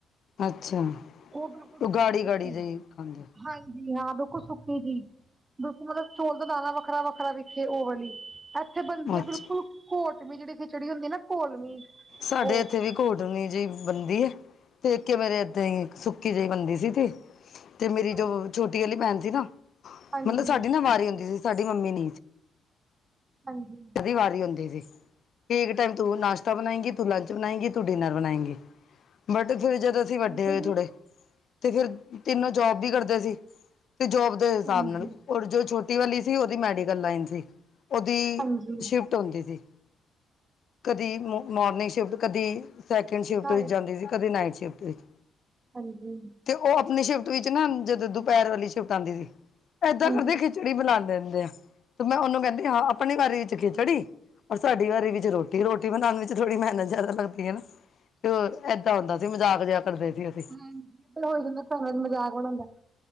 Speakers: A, on the left; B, on the right.
A: ਅੱਛਾ
B: ਬਿਲਕੁਲ ਸੁੱਕੀ
A: ਉਹ ਗਾੜੀ-ਗਾੜੀ
B: ਸੁੱਕੀ
A: ਜਾਇ ਖਾਂਦੇ।
B: ਹਾਂਜੀ ਹਾਂ ਬਿਲਕੁਲ ਸੁੱਕੀ ਜੀ। ਦੋ ਮਤਲਬ ਚੋਲ ਦਾ ਦਾਨਾ ਵੱਖਰਾ-ਵੱਖਰਾ ਵਿਖੇ ਉਹਓ ਵਾਲੀ ਇ ਉੱਥੇ ਬਣਦੀ ਹੈ
A: ਅੱਛਾ
B: ਬਿਲਕੁਲ ਕੋਟਵੀ ਜਿੜੇ ਖਿਚੜੀ ਹੁੰਦੀ ਨਾ ਘੋਲਵੀਂ
A: ਸਾਡੇ
B: ਉਹ
A: ਇੱਥੇ ਵੀ ਘੋਟਵੀ ਜਿਹੀ ਬਣਦੀ ਹੈ ਤੇ ਇੱਕ ਮੇਰੇ ਏਦਾਂ ਹੀ ਸੁੱਕੀ ਜਿਹੀ ਬਣਦੀ ਸੀ ਤੇ ਤੇ ਮੇਰੀ
B: ਹਾਂਜੀ,
A: ਜੋ ਛੋਟੀ ਵਾਲੀ ਭੈਣ ਸੀ ਨਾ
B: ਹਾਂਜੀ,
A: ਮਤਲਬ ਸਾਡੀ ਨਾ ਵਾਰੀ ਹੁੰਦੀ ਸੀ। ਸਾਡੀ ਮੰਮੀ ਨੀ <inaudible>
B: ਹਾਂਜੀ
A: ਵਾਰੀ ਹੁੰਦੀ ਸੀ। ਕਿ ਇੱਕ ਟਾਈਮ ਤੂੰ ਨਾਸ਼ਤਾ ਬਣਾਏਗੀ ਤੂੰ ਲੰਚ ਬਣਾਏਗੀ। ਤੂੰ ਡਿਨਰ ਬਣਾਏਂਗੀ ਬਟ ਫਿਰ ਜਦੋਂ ਅਸੀਂ
B: ਠੀਕ
A: ਵੱਡੇ ਹੋਏ
B: ਹੈ
A: ਥੋੜੇ
B: ਜੀ
A: ਤੇ ਫਿਰ ਤਿੰਨੋ ਜੋਬ ਵੀ ਕਰਦੇ ਸੀ ਤੇ ਜੋਬ ਦੇ ਹਿਸਾਬ
B: ਹਾਂਜੀ,
A: ਨਾਲ ਔਰ ਜੋ ਛੋਟੀ ਵਾਲੀ ਸੀ ਉਹਦੀ ਮੈਡੀਕਲ ਲਾਈਨ ਸੀ ਉਹਦੀ
B: ਹਾਂਜੀ
A: ਸ਼ਿਫਟ ਹੁੰਦੀ ਸੀ। ਕਦੀ ਮੋਰਨਿੰਗ ਸ਼ਿਫਟ, ਕਦੀ ਸੈਕਿੰਡ ਸ਼ਿਫਟ
B: ਨਾਏ
A: ਵਿੱਚ ਜਾਂਦੀ ਸੀ ਕਦੇ ਨਾਈਟ ਸ਼ਿਫਟ ਵਿੱਚ।
B: ਹਾਂਜੀ
A: ਤੇ ਉਹ ਆਪਣੀ ਸ਼ਿਫਟ ਵਿੱਚ ਨਾ ਜਦੋਂ ਦੁਪਹਿਰ ਵਾਲੀ ਸ਼ਿਫਟ ਆਦੀ ਸੀ ਇਦਾਂ
B: ਹਾਂਜੀ
A: ਕਰਦੀ ਖਿ ਚੜੀ ਬਣਾ ਦਿੰਦੇ ਆ ਤੇ ਮੈਂ ਉਹਨੂੰ ਕਹਿੰਦੀ ਹਾਂ ਆਪਣੇ ਘਾਰੀ ਵਿੱਚ ਖਿਚੜੀ ਔਰ ਸਾਡੀ ਘਾਰੀ ਵਿੱਚ ਰੋ ਰੋਟੀ ਬਣਾਉਣ ਵਿੱਚ ਥੋੜੀ ਮਿਹਨਤ ਜਿਆਦਾ ਲੱਗਦੀ ਹੈ ਨਾ ਤੇ ਹੋਰ ਇਦਾਂ ਹੁੰਦਾ ਸੀ ਮਜ਼ਾਕ ਜਿਹਾ ਕਰਦੇ ਸੀ ਅਸੀ।
B: <unintelligible> ਮੇਰੀ ਵੀ